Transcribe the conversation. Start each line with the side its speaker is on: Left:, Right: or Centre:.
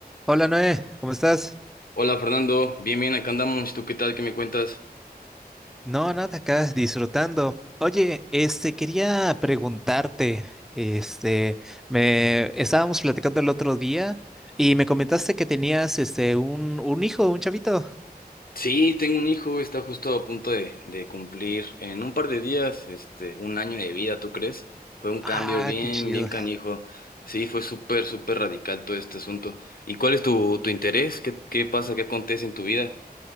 Centre: Hola Noé, ¿cómo estás?
Left: Hola Fernando, bien, bien, acá andamos. ¿Y tú qué tal? ¿Qué me cuentas?
Centre: No, nada, acá disfrutando. Oye, este, quería preguntarte, este, me estábamos platicando el otro día y me comentaste que tenías, este, un, un hijo, un chavito.
Left: Sí, tengo un hijo, está justo a punto de, de cumplir en un par de días, este, un año de vida, ¿tú crees? Fue un
Centre: Ah,
Left: cambio bien,
Centre: qué chido.
Left: bien canijo. Sí, fue súper, súper radical todo este asunto. ¿Y cuál es tu, tu interés? ¿Qué, qué pasa? ¿Qué acontece en tu vida?